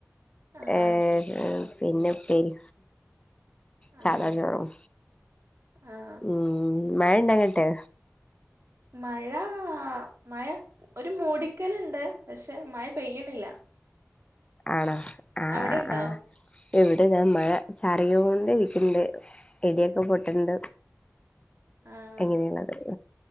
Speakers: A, on the right (about 70°); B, on the left (about 20°).
A: ആഹ്
B: ഏഹ്
A: ആഹ്
B: ആഹ് പിന്നെപ്പേരി സാധാ
A: ആഹ്
B: ചോറും
A: ആഹ്
B: ഉം മഴ ഉണ്ടങ്ങട്ട്
A: മഴ മഴ ഒരു മൂടിക്കലുണ്ട് പക്ഷെ മഴ പെയ്യണില്ല
B: ആണാ ആഹ്
A: അവിടെ ഉണ്ടോ
B: ആഹ് ഇവിടെ ഞാ മഴ ചാറിയോണ്ട്നിക്കണ്ട് ഇടിയൊക്കെ പൊട്ട്ണ്ട്
A: ആഹ്
B: എങ്ങനെയുള്ളത്